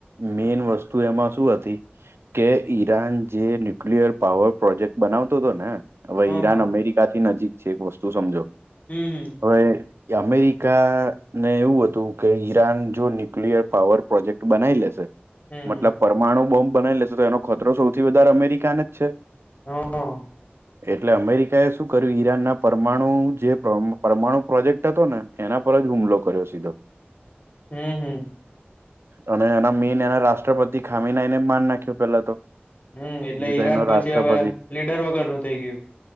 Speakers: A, on the right (about 85°); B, on the left (about 40°).
A: મેઈન વસ્તુ એમાં શું હતી કે ઈરાન જે ન્યુક્લિયર પાવર પ્રોજેક્ટ બનાવતો હતો ને હવે
B: હ
A: ઈરાન
B: હ
A: અમેરિકાથી નજીક છે એક વસ્તુ સમજો
B: હમ હમ
A: હવે અમેરિકાને એવું હતું કે ઈરાન જો ન્યુક્લિયર પાવર પ્રોજેક્ટ બનાવી લેશે
B: હમ
A: મતલબ પરમાણુ બોમ્બ બનાઈ લેશે તો એનો ખતરો સૌથી વધારે અમેરિકાને જ છે
B: હ હમ
A: એટલે અમેરિકા એ શું કર્યું ઈરાનના પરમાણુ જે પરમાણુ પ્રોજેક્ટ હતો ને એના પર જ હુમલો કર્યો સીધો
B: હમ હમ
A: અને એના મેન એના રાષ્ટ્રપતિ ખામીના એને માન નાખ્યો પેલા તો
B: હમ એટલે
A: જે
B: ઈરાન
A: તો એનો
B: પછી
A: રાષ્ટ્રપતિ
B: હવે લીડર વગર નું થઈ ગયું